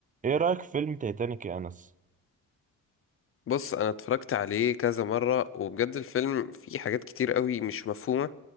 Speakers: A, on the right; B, on the left.
A: ايه رأيك في فيلم تايتانيك يا انس
B: بص انا اتفرجت عليه كذا مرة وبجد الفيلم فيه حاجات كتير قوي مش مفهومة